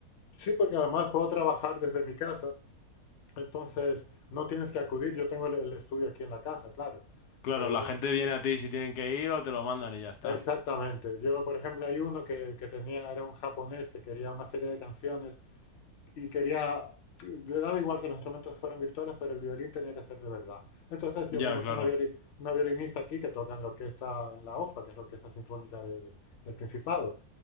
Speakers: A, on the left; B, on the left.
A: Sí, porque además puedo trabajar desde mi casa. Entonces no tienes que acudir. Yo tengo el, el estudio aquí en la casa, claro.
B: Claro,
A: Eh, o-
B: la gente viene a ti si tienen que ir o te lo mandan y ya está.
A: exactamente. Yo, por ejemplo, hay uno que, que tenía, era un japonés que quería una serie de canciones. y quería, le daba igual que los instrumentos fueran virtuales, pero el violín tenía que ser de verdad. Entonces yo
B: Ya,
A: conozco
B: claro.
A: una, violi- una violinista aquí que toca en la orquesta, en la OFA, que es la Orquesta Sinfónica de- de- del Principado.